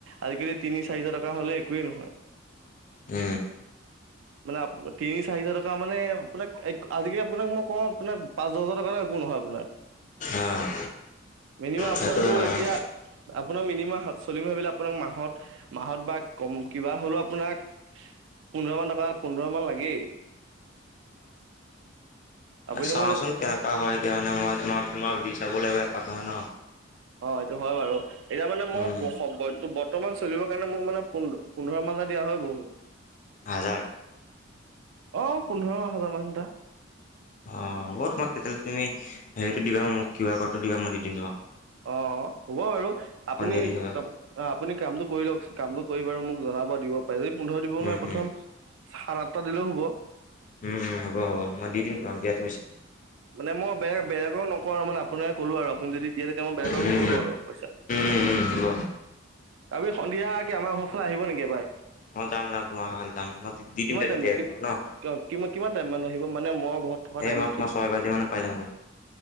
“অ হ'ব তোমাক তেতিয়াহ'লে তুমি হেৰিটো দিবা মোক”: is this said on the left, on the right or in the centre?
Left